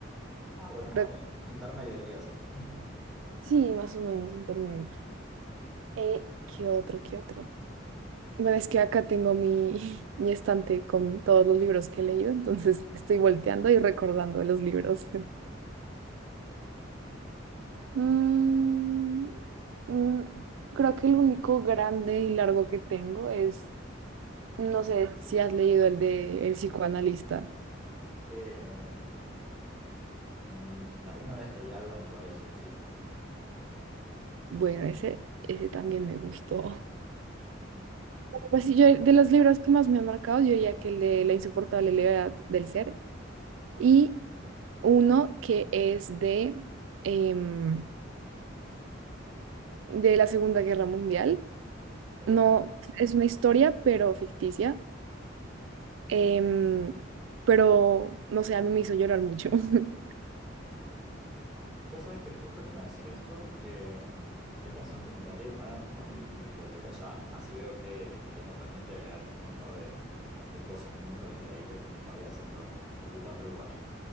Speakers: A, in the centre; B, on the right (about 80°).
A: Ah, bueno,
B: creo,
A: ok. Intermedio diría yo. <laughs>
B: sí, más o menos intermedio. Eh, ¿qué otro, qué otro? Bueno, es que acá tengo mi, <laughs> mi estante con todos los libros que he leído, entonces estoy volteando y recordando los libros. <laughs> Mm, mm, creo que el único grande y largo que tengo es, no sé si has leído el de El psicoanalista.
A: Eh, mm, alguna vez leí algo en el colegio, sí.
B: Bueno, ese, ese también me gustó.
A: Mm.
B: Pues sí, yo de los libros que más me han marcado, yo diría que el de La insoportable levedad del ser y uno que es de, em, de la Segunda Guerra Mundial.
A: Oh.
B: No, es una historia, pero ficticia. em, pero, no sé, a mí me hizo llorar mucho. <laughs>
A: Vos sabés que justo que me decís esto, em, estoy pensando que me tendría que poner a acomodar mi biblioteca ya, así veo que, que tengo pendiente de leer, que tengo un par de, de cosas que nunca las he leído y que tengo ahí haciendo, ocupando lugar.